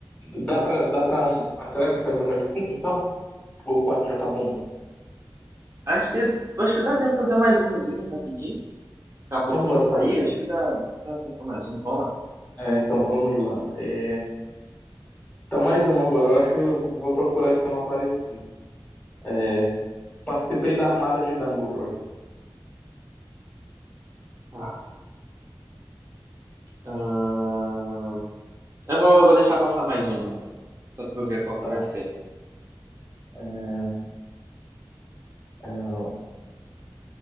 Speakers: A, on the left; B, on the right.
A: dá pra, dá pra um, ah, será que a gente faz o melhor de cinco, então? Ou quatro já tá bom?
B: Acho que, acho que dá tempo de fazer mais umazinha rapidinho. Daqui a pouco
A: Então
B: tem
A: bora
B: que
A: fazer.
B: sair, acho que dá, dá tempo pra mais um. Vamos lá.
A: É, então vamos lá. É, então mais uma agora. Eu acho que eu vou procurar aqui uma parecida. É, Participei da Armada de Dumbledore.
B: Tá. Ahn, eu vou, vou deixar passar mais uma, só pra eu ver qual que
A: Tá.
B: vai ser.
A: É, é,